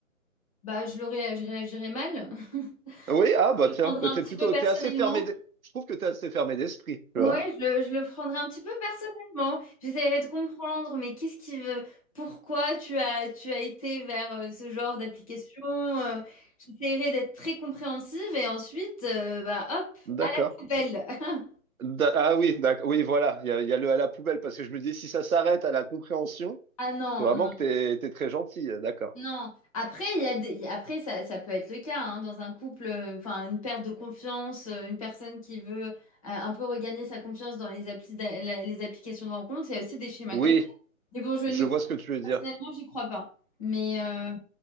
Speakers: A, on the left; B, on the right.
A: Bah, je le ré- je réagirais mal, <laughs>
B: Oui, ah, bah,
A: je le
B: tiens,
A: prendrais
B: bah,
A: un
B: t'es
A: petit
B: plutôt,
A: peu personnellement.
B: t'es assez fermé, d'- je trouve que t'es assez fermé d'esprit, tu
A: Ouais,
B: vois.
A: je le, je le prendrai un petit peu personnellement. J'essaierai de comprendre, mais qu'est-ce qui veut, pourquoi tu as, tu as été vers euh, ce genre d'application? euh, j'essaierai d'être très compréhensive et ensuite, euh, bah hop,
B: D'accord.
A: à la poubelle. <laughs>
B: D'a- Ah oui, d'ac- oui, voilà, il y a, il y a le à la poubelle, parce que je me dis, si ça s'arrête à la compréhension,
A: Ah non,
B: c'est vraiment
A: non,
B: que t'es, t'es très gentil, euh, d'accord.
A: non. Après, il y a des... Après ça, ça peut être le cas hein, dans un couple, euh, enfin une perte de confiance, euh, une personne qui veut euh, un peu regagner sa confiance dans les applis d'a- la- les applications de rencontre. Il y a aussi des schémas
B: Oui,
A: comme ça. Mais bon, je n'y
B: je vois
A: crois,
B: ce que tu veux dire.
A: personnellement, j'y crois pas. Mais, euh,